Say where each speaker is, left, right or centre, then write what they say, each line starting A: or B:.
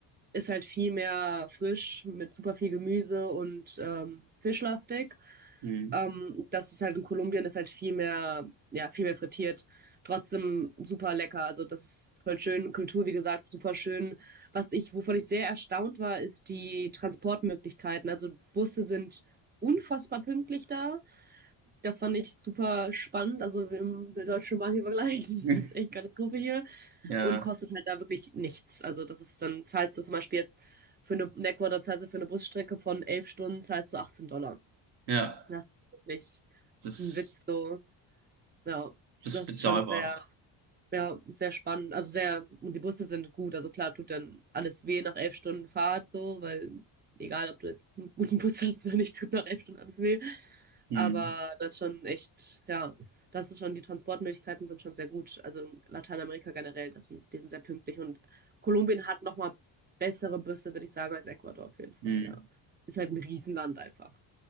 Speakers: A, on the right (about 20°); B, on the right (about 55°).
A: ist halt viel mehr frisch mit super viel Gemüse und ähm, fischlastig.
B: Hm.
A: Ähm, das ist halt in Kolumbien ist halt viel mehr, ja, viel mehr frittiert. Trotzdem super lecker. Also das ist voll schön. Kultur, wie gesagt, super schön. Was ich, wovon ich sehr erstaunt war, ist die Transportmöglichkeiten. Also Busse sind unfassbar pünktlich da. Das fand ich super spannend. Also im der deutschen Bahn hier vergleicht, <laughs> das
B: <laughs>
A: ist echt Katastrophe hier.
B: Ja,
A: Und kostet halt da wirklich nichts. Also das ist dann, zahlst du zum Beispiel jetzt für eine, in Ecuador zahlst du für eine Busstrecke von elf Stunden, zahlst du 18 Dollar.
B: ja,
A: Das ist wirklich
B: das,
A: ein Witz so. Ja,
B: das
A: das
B: ist bezahlbar.
A: ist schon sehr, ja, sehr spannend. Also sehr, und die Busse sind gut. Also klar tut dann alles weh nach elf Stunden Fahrt so, weil egal, ob du jetzt einen guten Bus hast oder nicht, tut nach elf Stunden alles weh.
B: Hm.
A: Aber das ist schon echt, ja, das ist schon, die Transportmöglichkeiten sind schon sehr gut. Also Lateinamerika generell, das sind, die sind sehr pünktlich und Kolumbien hat nochmal bessere Busse, würde ich sagen, als Ecuador auf jeden Fall,
B: Hm.
A: ja. Ist halt ein Riesenland einfach.